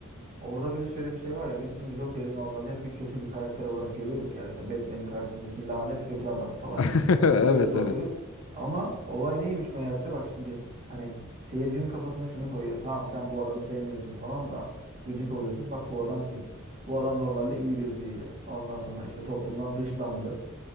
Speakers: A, on the right; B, on the left.
A: Orada bir de şöyle bir şey var ya biz şimdi Joker'i normalde hep bir kötü bir karakter olarak görüyorduk ya işte Batman'in karşısındaki lanet kötü adam falan
B: <laughs>
A: gibi.
B: Evet
A: Öyle bakıyorduk.
B: evet.
A: Ama olay neymiş meğerse bak şimdi hani seyircinin kafasına şunu koyuyor. Tamam sen bu adamı sevmiyorsun falan da gıcık oluyorsun. Bak bu adam kim? Bu adam normalde iyi birisiydi. Ondan sonra işte toplumdan dışlandı.